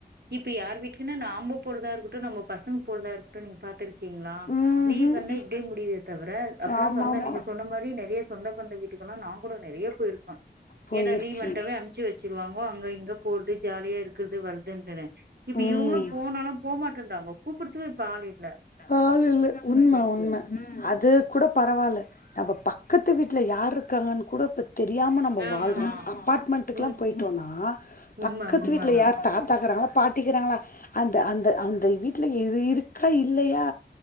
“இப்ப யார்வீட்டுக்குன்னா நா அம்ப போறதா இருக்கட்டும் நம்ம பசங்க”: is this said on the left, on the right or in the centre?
Right